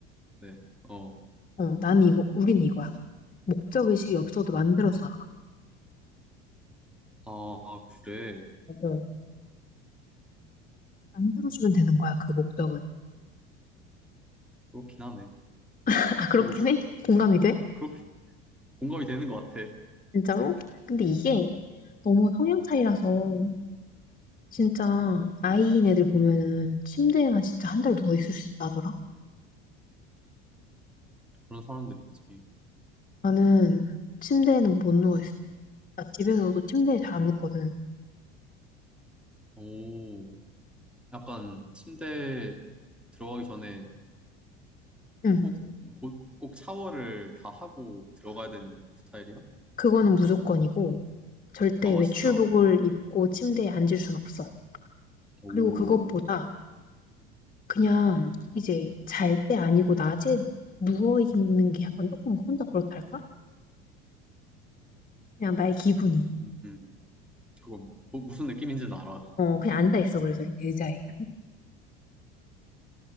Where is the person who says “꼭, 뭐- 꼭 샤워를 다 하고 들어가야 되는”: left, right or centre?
Centre